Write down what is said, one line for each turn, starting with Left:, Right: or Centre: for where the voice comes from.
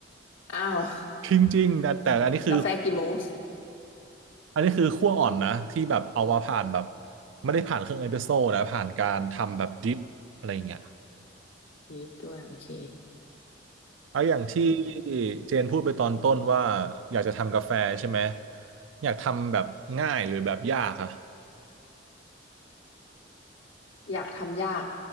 Left: อ้าว <laughs>
Right: จริงๆนะแต่อันนี้คือ
Left: กาแฟกี่โมง
Right: อันนี้คือคั่วอ่อนนะที่แบบเอามาผ่านแบบไม่ได้ผ่านเครื่องเอสเปรสโซ่นะผ่านการทำแบบดริปอะไรอย่างเงี้ย
Left: ยีบด้วยโอเค
Right: เอาอย่างที่
Left: อืม
Right: เจนพูดไปตอนต้นว่าอยากจะทำกาแฟใช่ไหมอยากทำแบบง่ายหรือแบบยากอะ
Left: อยากทำยาก